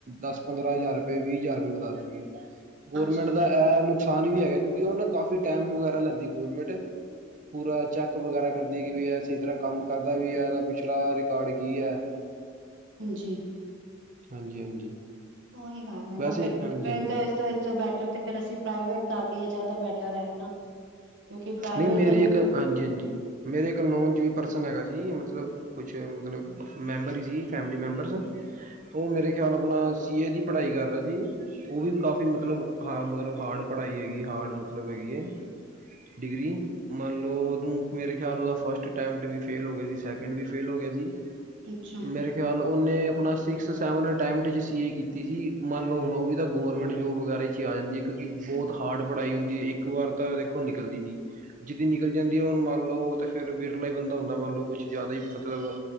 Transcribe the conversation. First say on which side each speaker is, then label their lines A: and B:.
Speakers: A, on the right; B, on the right.
A: ਦਸ- ਪੰਦਰਾਂ ਹਜ਼ਾਰ ਰੁਪਏ ਵੀਹ ਹਜ਼ਾਰ ਰੁਪਏ ਵਧਾ ਦੇਣਗੇ।
B: <unintelligible>
A: ਗਵਰਨਮੈਂਟ
B: ਜੀ
A: ਦਾ ਇਹ ਨੁਕਸਾਨ ਵੀ ਹੈਗਾ, ਕਿਉਂਕਿ ਗਵਰਨਮੈਂਟ ਕਾਫ਼ੀ ਸਮਾਂ ਲੈਂਦੀ ਹੈ। ਪੂਰਾ ਚੇਕ ਵਗੈਰਾ ਕਰਦੀ ਹੈਗੀ ਕਿ ਇਹ ਸਹੀ ਤਰ੍ਹਾਂ ਕੰਮ ਕਰਦਾ ਹੈ ਵੀ ਹੈਗਾ, ਪਿਛਲਾ ਰਿਕਾਰਡ ਕੀ ਰਿਹਾ ਹੈ।
B: ਹਾਂਜੀ।
A: ਹਾਂਜੀ-ਹਾਂਜੀ।
B: ਉਹੀ ਗੱਲ ਹੈ ਨਾ,
A: ਵੈਸੇ
B: ਫੇਰ
A: ਹਾਂਜੀ-ਹਾਂਜੀ
B: ਓ ਇਸ ਤੋਂ ਅੱਛਾ ਬੈਠੋ ਤੇ ਫੇਰ ਅਸੀਂ ਪਾਗਲ। ਸਾਡੇ ਉਹ ਜਿਆਦਾ ਬੈਟਰ ਹੈ, ਹਨਾ। ਕਿਉਂਕਿ ਪ੍ਰਾਈਵੇਟ
A: ਨਹੀਂ, ਮੇਰੇ
B: ਦੇ ਵੀ
A: ਇੱਕ ਹਾਂਜੀ- ਹਾਂਜੀ ਮੇਰੇ ਇਕ ਨੋਨ ਚ ਪਰਸਨ ਹੈਗਾ ਸੀ ਨੀ, ਮਤਲਬ ਕੁਛ ਉਹ ਮਤਲਬ ਮੈਂਬਰ ਹੀ ਸੀ, ਫੈਮਲੀ ਮੈਂਬਰਸ। ਫੇਰ ਮੇਰੇ ਖ਼ਿਆਲ ਆਪਣਾ ਸੀ ਏ ਦੀ ਪੜਾਈ ਕਰ ਰਿਹਾ ਸੀ, ਉਹ। ਉਹ ਵੀ ਕਾਫ਼ੀ ਮਤਲਬ ਹਾਡ, ਹਾਡ ਪੜਾਈ ਹੈਗੀ ਹੈ। ਹਾਰਡ ਮਤਲਬ ਹੈਗੀ ਐਂ। ਡਿਗਰੀ ਮੰਨ ਲਓ, ਮੇਰੇ ਖਿਆਲ ਨਾਲ ਫਸਟ ਟਾਈਮ ਚ ਵੀ ਫੇਲ ਹੋ ਗਿਆ ਸੀ, ਸੈਕੰਡ ਵੀ ਫੇਲ ਹੋ ਗਿਆ ਸੀ। ਮੇਰੇ,
B: ਅੱਛਾ
A: ਮੇਰੇ ਮੇਰੇ ਖਿਆਲ ਉਹਨੇ ਆਪਣਾ ਸਿਕਸ ਸੈਵਨ ਅਟੈਮਪਟ ਚ ਸੀ ਐ ਕੀਤੀ ਸੀ। ਮੰਨ ਲਓ ਹੁਣ ਉਹ ਵੀ ਗੌਰਮੈਂਟ ਜੋਬ ਵਗੈਰਾ ਵਿਚ। ਕੀ ਹਾਂਜੀ ਕਿਉਂਕਿ ਬਹੁਤ ਹਾਰਡ ਪੜਾਈ ਹੁੰਦੀ ਹੈ। ਇੱਕ ਵਾਰ ਤਾਂ ਦੇਖੋ ਨਿਕਲਦੀ ਨਹੀਂ। ਜਿਸ ਦੀ ਨਿਕਲ ਜਾਂਦੀ ਹੈ, ਉਹ ਤਾਂ ਫੇਰ ਵਿਰਲਾ ਹੀ ਬੰਦਾ ਹੁੰਦਾ ਹੈ। ਮੰਨ ਲਓ, ਉਹ ਕੁਝ ਜਿਆਦਾ ਹੀ-